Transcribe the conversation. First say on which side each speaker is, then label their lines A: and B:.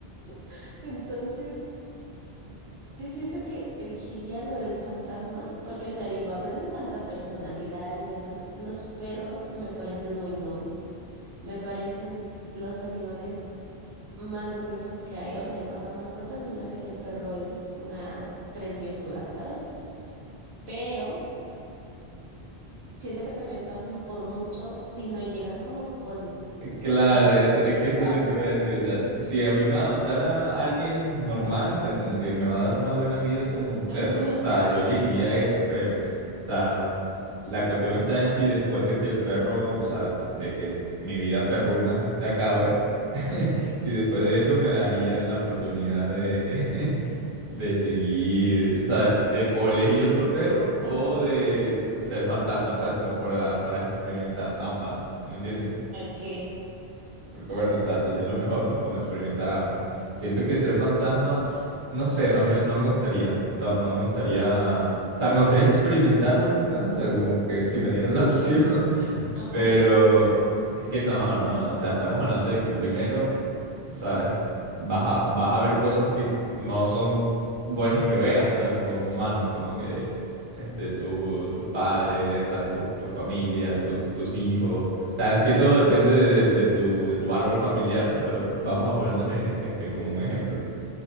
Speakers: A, on the right; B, on the right.
A: <laughs> Entonces, yo siento que elegiría lo del fantasma, porque, o sea, digo, hablando en cuanto a personalidad y demás, los perros me parecen muy nobles, me parecen los animales más bonitos que hay. O sea, en cuanto a mascotas, se me hace que el perro es una preciosura, ¿sabes? Pero siento que también pasan por mucho si no llegan como con
B: Claro,
A: el dueño
B: eso, es
A: adecuado.
B: que eso es lo que iba a decir. O sea, si, si a mí me adoptara alguien normal, o sea, como que me va a dar una buena vida como un perro,
A: Ajá,
B: o sea, yo elegiría eso, creo. O sea, la cuestión está en si después de que el perro, o sea, de que mi vida perruna se acabe, <laughs> si después de eso me darían la oportunidad de, <laughs> de seguir, o sea, de o elegir otro perro
A: ajá,
B: o de ser fantasma, o sea, como para, para experimentar ambas, ¿me entiendes?
A: ok,
B: Porque bueno, o sea, sería lo mejor, ¿no? Como experimentar ambas. Siento que ser fantasma, no sé, no me, no me gustaría. No, no me gustaría. O sea, me gustaría experimentarlo quizás. O sea, como que si me dieran la <laughs> opción.
A: ajá,
B: Pero es que no, no, o sea, estamos hablando de que primero, ¿sabes? Vas a, vas a ver cosas que no son buenas que veas, ¿sabes? Como humano, como que este, tu, tus padres, o sea, tu, tu familia, tus, tus hijos. O sea, es que todo depende de, de tu, de tu árbol familiar, ¿no? Pero vamos a ponernos eh, este, como un ejemplo.